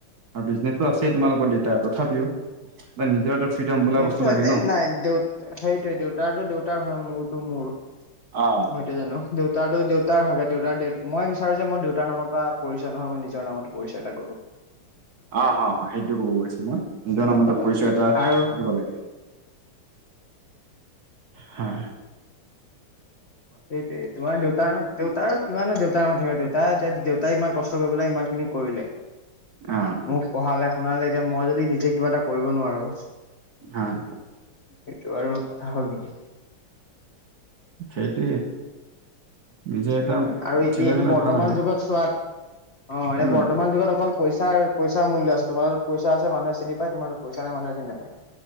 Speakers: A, on the right; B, on the left.
A: আৰু বিজনেচো আছেই তোমালোকৰ দেউতাৰ তথাপিও নিজৰ ফ্ৰীডম বোলা
B: সেইটোতো
A: বস্তু লাগে
B: দেই
A: ন।
B: নাই দেউ সেইটোয়ে দেউতাৰটো - দেউতাৰ হয় মোৰতটো মোৰ।
A: অ',
B: মই এইটোৱে জানো‌ দেউ দেউতাৰো দেউতাৰ হয়, দেউতাৰ দে মই বিচাৰো যে, মই দেউতাৰ নামৰ পৰা পৰিচয় নহয়, মই নিজৰ নামতে পৰিচয় এটা গঢ়ো।
A: <inaudible> অ', অ', সেইটোও ক'ব গৈছো মই নিজৰ
B: গম
A: নামত
B: পালা
A: পৰিচয় এটা
B: আৰু
A: থাকিব লাগে। হা।
B: সেইটোয়ে তোমাৰ দেউতাৰ দেউতাৰ কিমান দেউতাৰ মত থাকিবা দেউতা দেউতাই ইমান কষ্ট কৰি পেলাই ইমান খিনি কৰিলে
A: অ'।
B: মোক পঢ়ালে, শুনালে এতিয়া মই যদি নিজে কিবা এটা কৰিব নোৱাৰো
A: হয়।
B: সেইটো আৰু কথা হ'ল নিকি।
A: টোৱে সেইটোৱে নিজে
B: সেইকাৰণে
A: এটা
B: আৰু
A: উঠিলে
B: এতিয়া এইটো
A: মানে
B: বৰ্তমান
A: ভাল আৰু
B: যুগত চোৱাত অ',
A: উম
B: এ বৰ্তমান যুগত অকল পইচাৰ পইচা মূল্য আছে তোমাৰ তাত পইচা আছে মানুহে চিনি পায়, তোমাৰ তাত পইচা নাই মানুহে চিনি নাপায়।